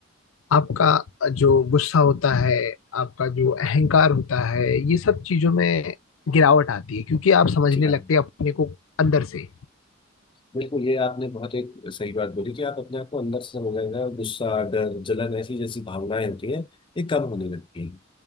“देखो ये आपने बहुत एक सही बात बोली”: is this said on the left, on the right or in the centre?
Left